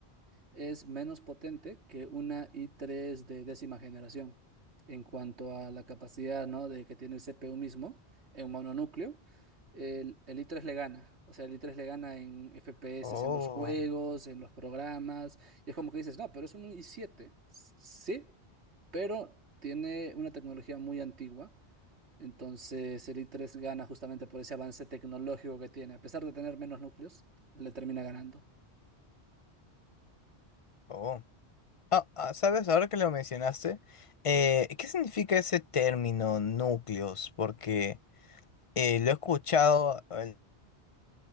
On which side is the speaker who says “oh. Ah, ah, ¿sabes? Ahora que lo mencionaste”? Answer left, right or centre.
Left